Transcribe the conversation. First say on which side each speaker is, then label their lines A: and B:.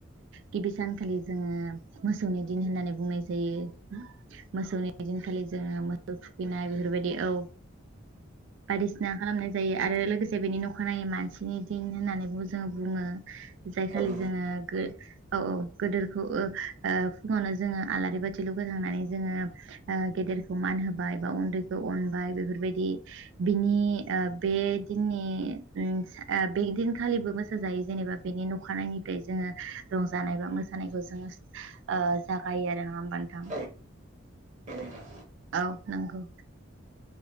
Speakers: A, on the right (about 65°); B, on the right (about 35°).
A: गिबि सानखालि जोङो मोसौनि दिन होननानै बुंनाय जायो। मोसौनि दिनखालि जोङो मोसौ थुखैनाय बेफोरबाय दि औ बायदिसिना खालामनाय जायो आरो लोगोसे बेनि अखानायै मानसिनि दिन होननानैबो जोङो बुङो जाय खालि
B: औ नंगौ
A: जोङो औ औ गोदोरखौ ओ ओ फुङावनो जोङो आलारि बाथि <unintelligible> लांनानै जोङो ओ गेदेरखौ मान होबाय बा उन्दैखौ अनबाय बेफोरबायदि बिनि ओ बे दिननि ओम ओ बेदिनखालिबो मोसा जायो जेनेबा बेनि नखानायैनिफ्राय जोङो रंजानाय बा मोसानायखौ जोङो ओ जागायो आरो नङा होनबा नोंथां।
B: औ नंगौ नोंथां
A: औ नंगौ।